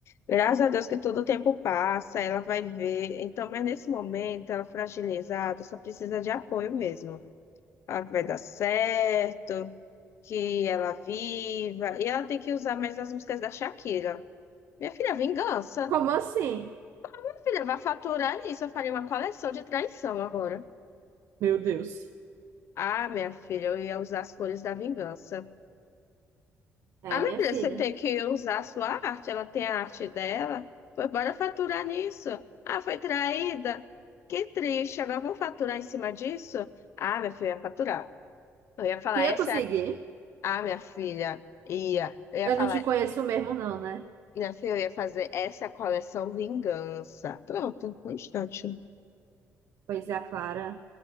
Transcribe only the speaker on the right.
Como assim?
Meu Deus.
É,
minha
filha.
Tu ia
conseguir?
Eu
não te conheço mesmo, não, né?
Pois é, a Clara,